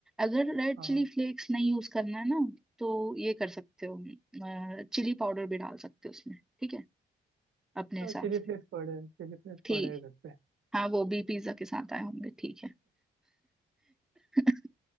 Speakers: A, in the centre; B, on the right (about 70°).
A: अगर रेड
B: हाँ
A: चिली फ्लेक्स नहीं यूज करना है ना तो ये कर सकते हो चिली पाउडर भी डाल सकते हो उसमें ठीक है अपने हिसाब
B: चिली
A: से
B: फ्लेक्स पड़े चिली फ्लेक्स
A: ठीक
B: पड़े हैं घर पे
A: हाँ वो भी पिज्जा के साथ आए होंगे ठीक है <laughs>